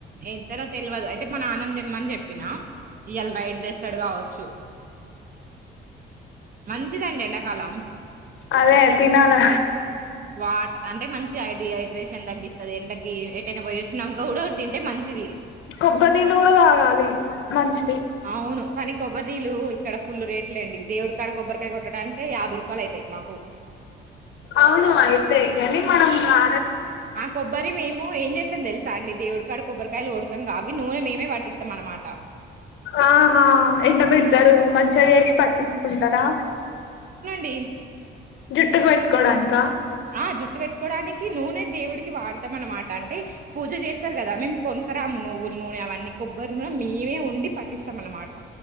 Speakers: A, on the right; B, on the left.
A: ఎంత్తనొ తెల్వదు అయితే మా నాన్నాన్ తెమ్మని చెప్పినా ఇయ్యాల్ నైట్ దేస్తాడు కావచ్చు మంచ్చిదండి ఎండాకాలం
B: అదే తినలా
A: వాట్ అంటే మంచిగ డిహైడ్రేషన్ తగ్గిత్తది ఎండకీ ఎటైనా పోయి వచ్చినాంక గూడ తింటే మంచ్ చిదీ
B: కొబ్బర్నీళ్ళు గుడ దాగాలీ మంచిది
A: అవును. కానీ కొబ్బర్నీళ్లు ఇక్కడ ఫుల్ రేట్లెండి దేవుడికాడ కొబ్బరికాయ కొట్టడాన్కె యాభై రూపాల్ అయితై మాకు
B: అవును అయితే గనీ మనం రా
A: ఆ కొబ్బరి మేము ఏం జెస్తాం దెలుసా అండి దేవుడు క్కడ కొబ్బరికాయలు గొడుతాం గా అవి నూనె మేమే వట్టిత్తం అనమాట
B: ఆహా ఎండ బెడ్తారు మంచిగా జేసి పట్టించుకుంటారా
A: డిం
B: జుట్టుక్ వేట్టుకోడాన్కా
A: ఆ జుట్టు వేట్టుకోడానికి నూనె దేవుడికి వాడతాం అనమాట అంటే పూజ జేస్తర్ గదా మేం కొన్ కోరాము నువ్వుల్ నూనె అవన్నీ కొబ్బరి నూనె మేమే ఉండి పటిస్తాం అనమాట